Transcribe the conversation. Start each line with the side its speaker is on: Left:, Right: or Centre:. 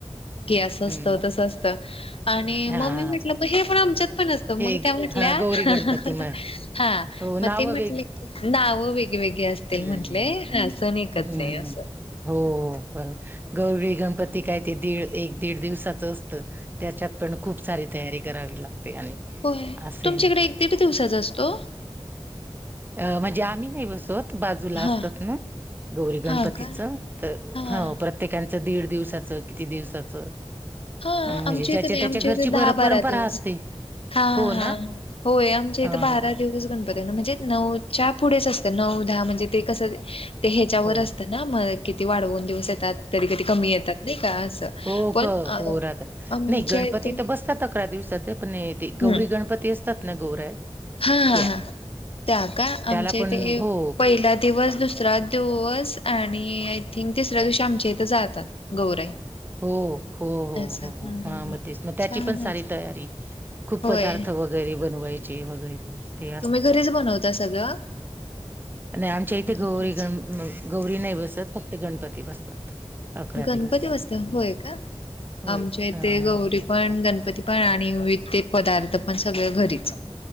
Left: की अस असतं
Right: हम्म
Left: तसं असतं आणि
Right: हा
Left: मम्मी
Right: हा
Left: म्हटलं ब हे पण आमच्यात पण असतं
Right: हे
Left: मग त्या म्हटल्या
Right: हा गौरी गणपती म
Left: हा
Right: हो
Left: मग
Right: नाव
Left: ते म्हटले
Right: वेगळी
Left: की नाव वेगवेेगळे असतील
Right: हम्म
Left: म्हंटले ह असण एकच
Right: हम्म
Left: आहे असं
Right: हो बरोबर गौरी गणपती काय ते दीड एक दीड दिवसाचं असतं त्याच्यात पण खूप सारी तयारी करावी लागते आणि
Left: हो
Right: असे
Left: तुमच्याकडे एक दीड दिवसाचा असतो
Right: अ म्हणजे आम्ही नाही बसत बाजूला
Left: हा
Right: असतात ना गौरी
Left: हा
Right: गणपतीच
Left: का
Right: तर
Left: हा
Right: प्रत्येक त्या दीड दिवसाचं किती दिवसाचं
Left: हा
Right: म्हणजे
Left: आमच्या
Right: ज्याच्या
Left: इथे नाही
Right: त्याच्या
Left: आमच्या
Right: घरची
Left: इथे दहा
Right: पर
Left: बारा
Right: परंपरा
Left: दिवस
Right: असते
Left: हा
Right: हो
Left: हा
Right: ना
Left: होय आमच्या इथ
Right: हो
Left: बारा दिवस गणपतीना म्हणजे नऊ पुढेच असतं नऊ दहा म्हणजे ते कस ते ह्याच्यावर
Right: हो हो
Left: असतं ना म किती वाढवून दिवस येतात तरी कधी कमी येतात नाही का असं
Right: हो हो
Left: पण
Right: क
Left: अ
Right: हो राहतात.
Left: आमच्या
Right: नाही गणपती
Left: इथे
Right: तर बसतात अकरा दिवसात पण हे गौरी
Left: हम्म
Right: गणपती असतात ना गौऱ्या
Left: हा हा
Right: त्या
Left: हा त्या का आमचे
Right: त्याला पण
Left: ते
Right: हो
Left: पहिला दिवस दुसरा दिवस आणि आणि आय थिंक तिसऱ्या दिवशी आच्या इथं जातात गौराई.
Right: हो हो हो
Left: असं
Right: हो हो
Left: हम्म
Right: हा मग तेच मग त्याची
Left: छानच
Right: पण सारी तयारी खूप
Left: होय
Right: पदार्थ वगैरे बनवायचे वगैरे. ते
Left: तुम्ही घरीच बनवता सगळं
Right: आणि आमचे ते
Left: घरीच
Right: गौरी गण गौरी न सत फक्त गणपती बसतात अकरा
Left: गणपती
Right: दिवस.
Left: बसता होय का
Right: होय
Left: आमच्या इथे
Right: हा हा
Left: गौरी
Right: हा
Left: पण गणपती. पण आणि वि ते पदार्थ पण सगळ घरीच